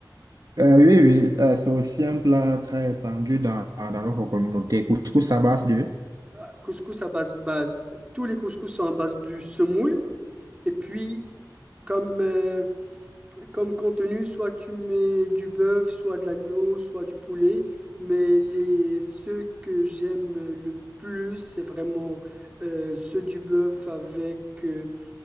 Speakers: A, on the right; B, on the right.
A: Euh, oui, oui, euh, c'est aussi un plat très répandu dans, dans notre communauté. Couscous à base de...
B: Ah, Couscous à base, bah, tous les couscous sont à base du semoule. Et puis, comme, euh, comme contenu, soit tu mets du bœuf, soit de l'agneau, soit du poulet. Mais les, ceux que j'aime le plus, c'est vraiment euh, ceux du bœuf avec, euh,